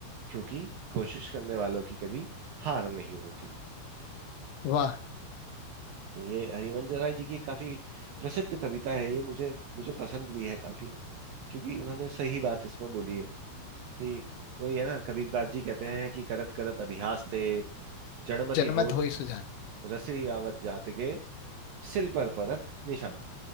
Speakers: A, on the right; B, on the left.
A: क्योंकि कोशिश करने वालों की कभी हार नहीं होती
B: वाह
A: ये हरिवंश राय जी की काफी प्रसिद्ध कविता है ये मुझे मुझे पसंद भी है काफी क्योंकि उन्होंने सही बात इसमें बोली है कि वही है ना कबीरदास जी कहते हैं कि करत करत अभ्यास ते जड़मति
B: जनमत
A: होत
B: हो ही सुजान
A: रसरी आवत जात के सिल पर परत निशान